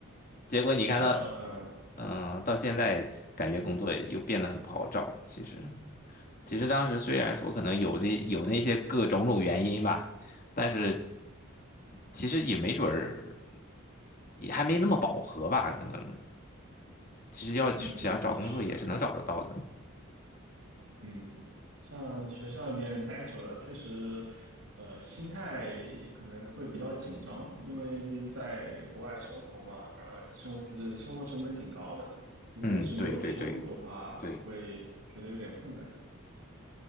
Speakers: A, on the left (about 40°); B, on the right (about 80°).
A: 结果你看到，
B: 学校，嗯
A: 嗯、到现在感觉工作又变得很不好找。
B: 嗯
A: 其实，其实当时虽然说可能有那有那些各种种原因吧，但是其实也没准儿，也还没那么饱和吧，可能。其实要想找工作也是能找得到的。
B: 嗯，也许吧。嗯，像学校里面待久了，确实，呃，心态可能会比较紧张，因为在国外生活嘛，呃，生就是生活成本挺高的，如果一直没有收入的话，
A: 嗯，对对对对，
B: 会觉得有点困难。